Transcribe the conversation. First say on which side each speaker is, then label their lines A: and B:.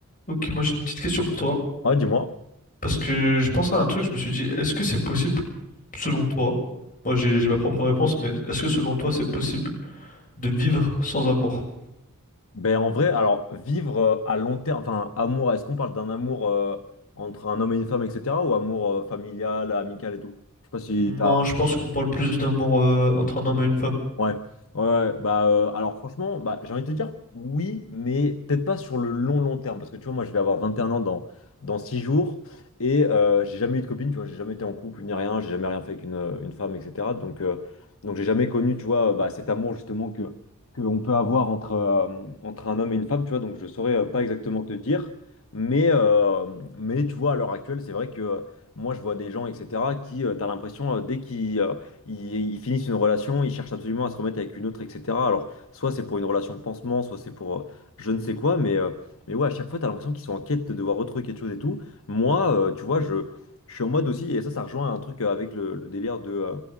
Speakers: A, on the left; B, on the left.
A: Ok, moi j'ai une petite question pour toi.
B: Ouais, dis-moi.
A: Parce que je pensais à un truc, je me suis dit, est-ce que c'est possible selon toi? Moi j'ai j'ai ma propre réponse, mais est-ce que selon toi c'est possible de vivre sans amour?
B: Ben, en vrai, alors, vivre euh, à long terme, enfin, amour, est-ce qu'on parle d'un amour euh, entre un homme et une femme, etc., ou amour euh, familial, amical et tout? Je sais pas si
A: Non,
B: t'as
A: je pense qu'on parle plus d'amour euh, entre un homme et une femme.
B: Ouais, ouais, ouais. bah euh, alors franchement, bah, j'ai envie de te dire oui, mais peut-être pas sur le long long terme, parce que tu vois, moi je vais avoir 21 ans dans, dans 6 jours, et euh, j'ai jamais eu de copine, tu vois, j'ai jamais été en couple ni rien, j'ai jamais rien fait avec une, euh, une femme, etc. Donc, euh, donc j'ai jamais connu, tu vois, euh, bah, cet amour justement que, que on peut avoir entre, euh, entre un homme et une femme, tu vois, donc je saurais euh, pas exactement te dire, mais, euh, mais tu vois, à l'heure actuelle, c'est vrai que euh, moi je vois des gens, etc., qui, euh, t'as l'impression, euh, dès qu'ils... euh, ils, ils finissent une relation, ils cherchent absolument à se remettre avec une autre, etc. Alors, soit c'est pour une relation pansement, soit c'est pour euh, je ne sais quoi, mais, euh, mais ouais, à chaque fois, t'as l'impression qu'ils sont en quête de devoir retrouver quelque chose et tout. Moi, euh, tu vois, je, je suis en mode aussi, et ça, ça rejoint un truc euh, avec le, le délire de, euh,